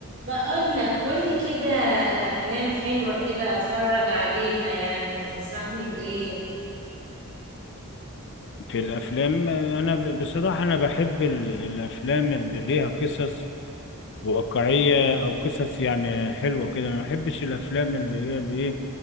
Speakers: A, on the right (about 55°); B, on the left (about 55°).
A: بقول لك قولي كده افلام حلوة كده اتفرج عليها يعني تنصحني بايه
B: في الافلام انا ب- بصراحه انا بحب ال- الافلام اللي ليها قصص واقعيه او قصص يعني حلوه كده ما بحبش الافلام اللي هي الايه